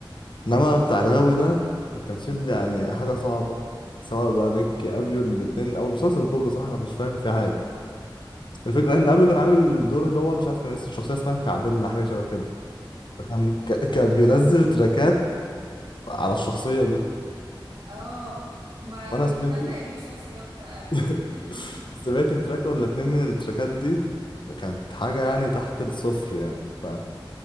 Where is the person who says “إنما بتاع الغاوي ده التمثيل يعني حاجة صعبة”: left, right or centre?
Left